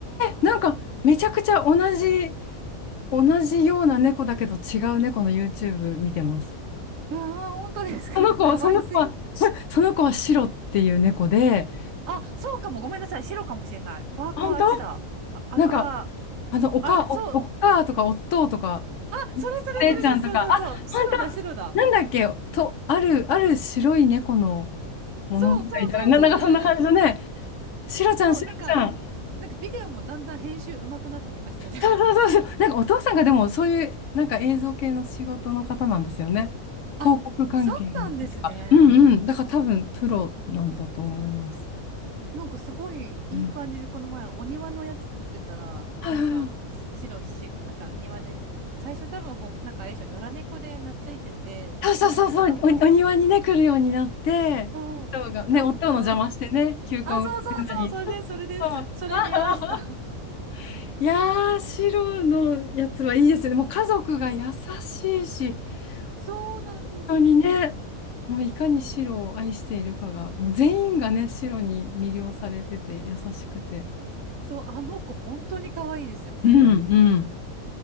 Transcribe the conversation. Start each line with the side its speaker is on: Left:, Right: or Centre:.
Right: あの、
Left: なんか、めちゃくちゃ同じ、同じような猫だけど違う猫の YouTube 見てます。
Right: うわー、本当ですか
Left: その子は、
Right: <laughs> もう可愛すぎて。
Left: その子は、その子はシロっていう猫で、
Right: あ、そうかも。ごめんなさい。白かもしれない。クワクワあっちだ。
Left: 本当
Right: あ、アクア。
Left: なんか、あの、おか、
Right: あ、そう。
Left: お、おかとか、おっとうとか、
Right: あ、
Left: お姉ちゃんとか、
Right: それそれそれです。そうそうそう。
Left: あ、
Right: 白だ、
Left: 本当
Right: 白だ。
Left: なんだっけ、と、ある、ある白い猫の物語みたいな、
Right: そうそうそうそう、
Left: な、なんかそんな感じのね、
Right: それです。
Left: シロちゃん、
Right: そう、
Left: シロちゃん。
Right: なんか、なんかビデオもだんだん編集上手くなってきましたよね。
Left: そうそうそうそう。なんかお父さんがでもそういう、なんか映像系の仕事の方なんですよね。
Right: <laughs> あ、
Left: 広告関係の確か。
Right: そうなんですね。
Left: うんうん。だから多分プロなんだと思います。
Right: なんかすごいいい感じで、
Left: うん。
Right: この前お庭のやつ撮ってたら、
Left: はいはい
Right: なんかあの、白ひし、なんか庭で、最初多分ほ、なんかあれでしょ、野良猫で懐いてて、
Left: はいそうそうそうそう。
Right: 保護したらも
Left: お、お庭にね、来るようになって、
Right: う、うん、
Left: 夫が、ね、
Right: なんか、
Left: 夫の邪魔してね、球根を植えるのに。
Right: あ、そうそうそう、それです、それです。
Left: そう
Right: <laughs> それ見ました。
Left: <laughs> いやー、白のやつはいいですよね。もう家族が優しいし、
Right: そうなんですよ。
Left: 本当にね、もういかに白を愛しているかが、もう全員がね、白に魅了されてて優しくて、
Right: そう、あの子本当に可愛いですよね。
Left: うんうん、